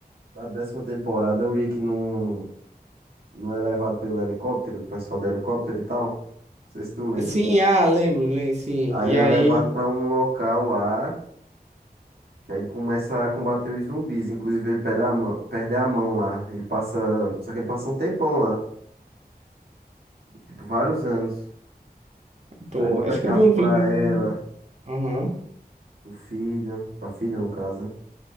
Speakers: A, on the right; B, on the right.
A: da décima temporada o Rick não, não é levado pelo helicóptero, o pessoal do helicóptero e tal. Não sei se tu lembra.
B: Sim, ah, lembro, lembro sim.
A: Aí
B: E
A: ele
B: aí,
A: é levado pra um local lá, que aí ele começa a combater os zumbis. Inclusive ele perde a mão, perde a mão lá. Ele passa, só que ele passa um tempão lá, tipo vários anos.
B: pô,
A: Aí manda
B: acho
A: carta
B: que eu vi um
A: pra
B: vídeo
A: ela,
B: no. Aham.
A: o filho, a filha no caso, né?